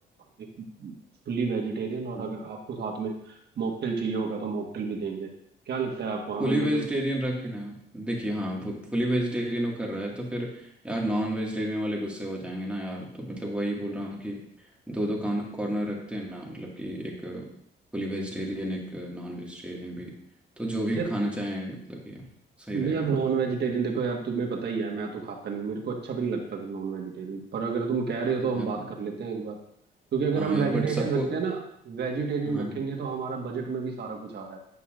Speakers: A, on the right; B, in the centre.
A: एक फुल्ली वेजिटेरियन और
B: हाँ
A: अगर आपको साथ में मॉकटेल चाहिए होगा तो मॉकटेल भी देंगे क्या लगता है आपको हमें
B: फुली वेजिटेरियन
A: मतलब
B: रखे ना आप। देखिए हाँ फुली वेजिटेरियन वो कर रहा है तो फिर यार नॉन वेजिटेरियन वाले गुस्से हो जाएंगे ना यार तो मतलब वही बोल रहा हूँ कि दो दो कॉर्नर रखते हैं ना मतलब कि एक फुली वेजिटेरियन एक नॉन वेजिटेरियन भी तो जो भी
A: यार
B: खाना चाहें मतलब कि यार सही
A: भाई
B: रहेगा
A: यार नॉन
B: ना
A: वेजिटेरियन देखो यार तुम्हें पता ही है मैं तो खाता नहीं मेरे को अच्छा भी नहीं लगता फिर नॉन वेजिटेरियन पर अगर तुम कह रहे
B: हाँ
A: हो तो हम
B: यार
A: बात कर लेते हैं एक बार क्योंकि अगर
B: हाँ
A: हम
B: यार
A: वेजिटेरियन
B: बट सबको
A: रखते हैं ना वेजिटेरियन
B: हाँ
A: रखेंगे तो हमारा बजट में भी सारा कुछ आ रहा है